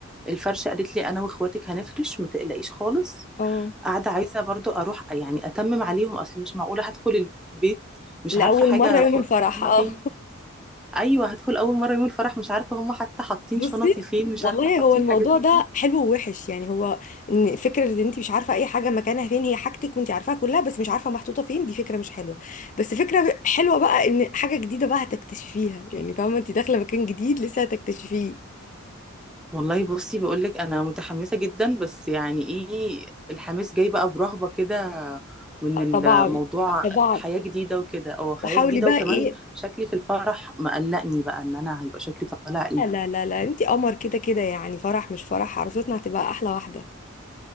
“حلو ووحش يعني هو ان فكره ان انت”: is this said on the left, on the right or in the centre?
Left